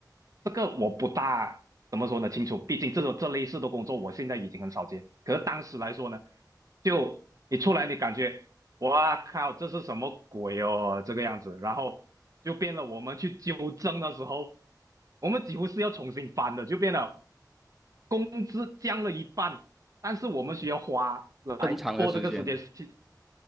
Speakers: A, on the right; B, in the centre.
A: 这个我不大怎么说呢清楚，毕竟这种这类似的工作我现在已经很少见。可是当时来说呢，就你出来你感觉哇靠，这是什么鬼哦？这个样子，然后就变了。我们去纠正的时候，我们几乎是要重新翻的，就变了工资降了一半，但是我们需要花来做这个时间，
B: 更长的时间，
A: 其